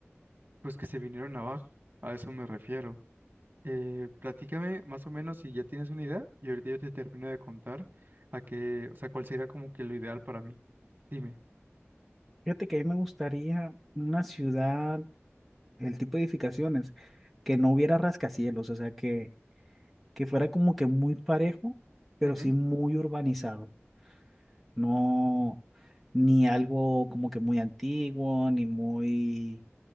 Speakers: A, on the right; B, in the centre.
A: pues que se vinieron abajo, a eso me refiero. Eh, platícame más o menos si ya tienes una idea y ahorita yo te termino de contar a qué, o sea, cuál sería como que lo ideal para mí. Dime.
B: Fíjate que a mí me gustaría una ciudad, el tipo de edificaciones, que no hubiera rascacielos, o sea, que, que fuera como que muy parejo, pero
A: Ujú,
B: sí muy urbanizado. No, ni algo como que muy antiguo, ni muy